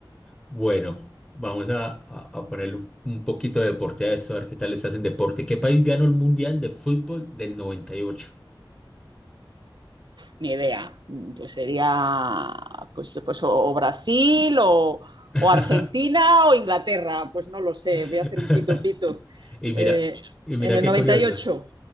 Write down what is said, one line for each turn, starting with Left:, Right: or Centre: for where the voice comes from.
Centre: Bueno, vamos a, a, a ponerle un, un poquito de deporte a esto, a ver qué tal estás en deporte. ¿Qué país ganó el Mundial de Fútbol del 98?
Right: Ni idea. Mm, Pues sería pues, pues o o Brasil o, o
Centre: Y
Right: Argentina o Inglaterra. Pues no lo sé.
Centre: ocho? <laughs>
Right: Voy a hacer un pito pito.
Centre: Y mira,
Right: Eh,
Centre: y mira
Right: en el
Centre: qué
Right: noventa
Centre: curioso,
Right: y ocho